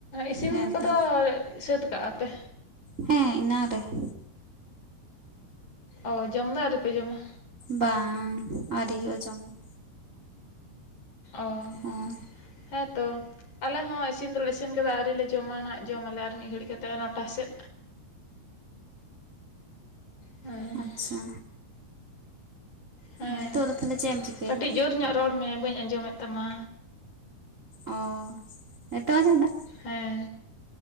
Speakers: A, on the left; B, on the right.
A: ᱤᱥᱤᱱ
B: ᱦᱮᱸᱛᱚ
A: ᱠᱚᱫᱚ ᱥᱟᱹᱛ ᱠᱟᱜᱼᱟ ᱯᱮ?
B: ᱦᱮᱸ, ᱮᱱᱟᱝ ᱨᱮ ᱾
A: ᱚ ᱡᱚᱢ ᱫᱚ ᱟᱹᱣᱨᱤ ᱯᱮ ᱡᱚᱢᱟ?
B: ᱵᱟᱝ ᱟᱨᱤ ᱦᱳᱭᱳᱜ ᱟ ᱡᱚᱢ ᱫᱚ ᱾
A: ᱚ
B: ᱦᱚᱸ
A: ᱦᱮᱸ ᱛᱚ, ᱟᱞᱮ ᱦᱚᱸ ᱤᱥᱤᱱ ᱫᱚᱞᱮ ᱤᱥᱤᱱ ᱠᱮᱫᱟ ᱟᱹᱣᱨᱤᱞᱮ ᱡᱚᱢᱟ ᱱᱟᱦᱟᱜ ᱡᱚᱢᱟᱞᱮ ᱟᱨ ᱢᱤᱫ ᱜᱷᱟᱹᱲᱤᱡ ᱠᱟᱛᱮᱜ ᱱᱚᱴᱟ ᱥᱮᱜ᱾ ᱦᱮᱸ
B: ᱳ ᱟᱪᱪᱷᱟ᱾
A: ᱦᱮᱸ
B: ᱱᱤᱛᱚᱜ ᱫᱚ ᱛᱟᱦᱚᱞᱮ ᱪᱮᱫ ᱮᱢ ᱪᱤᱠᱟᱹᱭᱮᱫᱟ
A: ᱠᱟᱹᱴᱤᱡ ᱡᱳᱨ ᱧᱚᱜ ᱨᱚᱲ ᱢᱮ ᱵᱟᱹᱧ ᱟᱸᱡᱚᱢᱮᱫ ᱛᱟᱢᱟ᱾
B: ᱚ ᱱᱤᱛᱚᱜ ᱟᱸᱡᱷᱚᱢ ᱫᱟ?
A: ᱦᱮᱸ,